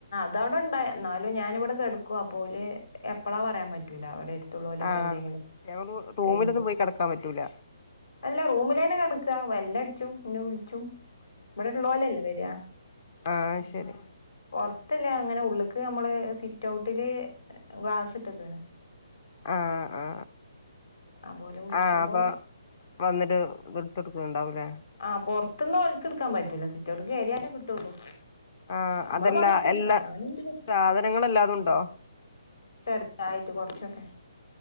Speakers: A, on the left (about 65°); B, on the left (about 25°).
A: അവടൊണ്ടാ ന്നാലും ഞാനിവെടെ കെടക്കുവാ അപ്പോ ഓല് എപ്പളാ പറയാൻ പറ്റൂല ഓല് മറ്റുളോലൊക്കെ
B: ആഹ്
A: എന്തെങ്കിലും
B: ഞമ്മള് റൂമിലൊന്നും
A: കൈ
B: പോയി കിടക്കാൻ പറ്റൂല
A: അല്ലാ റൂമില് ന്നെ കെടക് ല്ല വെല്ലടിച്ചും ന്നെവിളിച്ചും വ്ടെ ള്ളോലല്ലേ വെരാ
B: ആ ശരി
A: പൊറത്തില്ല അങ്ങനെ ഉള്ള്ക്ക് മ്മള് സിറ്റൗട്ടില് ഗ്ലാസ് ഇട്ട്ക്ക്ണ്
B: ആ ആ
A: അപ്പോ ഓല് വിളിക്കുമ്പോ
B: ആ അപ്പൊ വന്നിട്ട് എടുത്ത് കൊടുക്കുന്നുണ്ടാവൂലേ
A: ആ പൊർത്ത്ന്ന് ഓൽക്കെടുക്കാൻ പറ്റൂല്ല സിറ്റോട്ട്ക്ക്യറിയാലേ കിട്ടുള്ളൂ
B: ആ
A: നമ്മളെ
B: അതല്ലാ
A: പണിയൊക്കെ എടുക്കാ
B: എല്ലാ
A: ഞാനുണ്ട്
B: സാധനങ്ങളല്ലാതുണ്ടോ
A: ചെർതായിട്ട് കൊറച്ചൊക്കെ